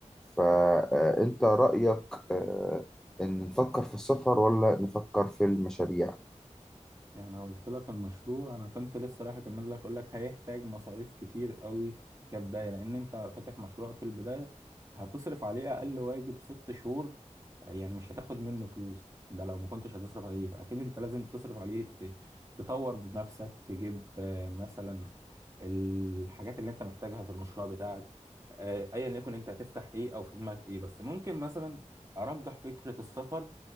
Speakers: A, in the centre; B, on the right.
A: فأنت رأيك آه، إن نفكر في السفر ولا نفكر في المشاريع؟
B: يعني لو قلت لك المشروع انا كنت لسه رايح اكمل لك اقول لك هيحتاج مصاريف كتير قوي كبدايه لان انت فاتح مشروع في البدايه هتصرف عليه اقل واجب ست شهور يعني مش هتاخد منه فلوس ده لو ما كنتش هتصرف عليه فاكيد انت لازم تصرف عليه ت- تطور بنفسك تجيب آه، مثلا الحاجات اللي انت محتاجها في المشروع بتاعك آه، ايا يكن انت هتفتح ايه او في دماغك ايه بس ممكن مثلا ارجح فكرة السفر